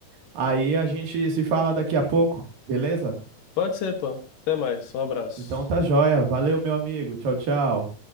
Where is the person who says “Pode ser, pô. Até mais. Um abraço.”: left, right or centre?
Left